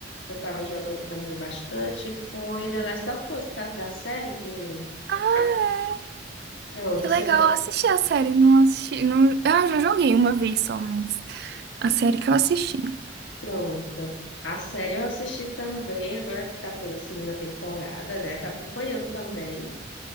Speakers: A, on the left (about 80°); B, on the right (about 60°).
A: Eu tava jogando também bastante. Foi The Last of Us, por causa da série que.
B: Ah,
A: tá
B: é.
A: Pronto,
B: Que
A: ou
B: legal.
A: seja,
B: Eu assisti a série, não assisti. Não... Ah, já joguei uma vez só, mas a série que eu assisti.
A: pronto. A série eu assisti também, agora que tá tendo a segunda temporada, né? Tô acompanhando também.